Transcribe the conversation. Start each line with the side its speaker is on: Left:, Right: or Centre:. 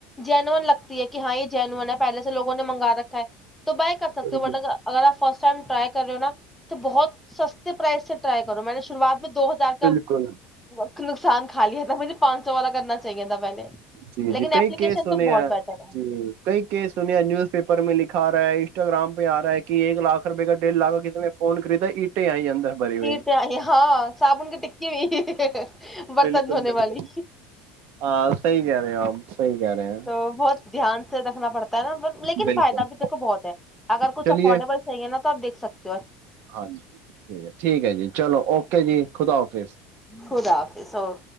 Centre: جینون لگتی ہے کہ ہاں یہ جینون ہے پہلے سے لوگوں نے منگا رکھا ہے تو بائی سکتے
Right: بالکل
Centre: ہو بٹ اگر آپ فرسٹ ٹائم ٹرائی کر رہے ہو نا تو بہت سستے پرائز سے ٹرائی کرو میں نے شروعات میں دو ہزار کا
Right: بالکل
Centre: وت نقصان خای ہے تھا مجھے پانچ سو والا کرنا چاہیے تھا پہلے
Right: جی
Centre: لیکن
Right: جی کئی
Centre: اپلیکیشن
Right: کیس سنے
Centre: تو بہت
Right: ہیں
Centre: بیٹر ہے
Right: جی کئی کیس سنے ہیں نیوز پیپر میں لکھا ہے انسٹاگرام پہ آ رہا ہے کہ ایک لاکھ رپے گ ڈیھ لاکھ کسی میں فون خرید اینٹ ائی اندر بھری
Centre: تیرتے
Right: ہوئی
Centre: آئی ہاں صابن کی ٹکی ہو برتن
Right: بالکل
Centre: دھونے
Right: بالکل
Centre: والی
Right: ہاں صحیح کہہ رہے ہو آپ صحیح کہہ رہے ہیں
Centre: تو بہت دھیان سے رکھنا پڑتا نا لیکن
Right: بالکل
Centre: فائدہ بھی دیکو بہت ہے اگر کچھ
Right: چلیے
Centre: افورڈیبل چاہیے نا تو آپ دیکھے سک
Right: ہاں جی ٹھیک ہے ٹھیک ہے جی چلو اوکے جی خدا حافظ
Centre: خدا حافظ اور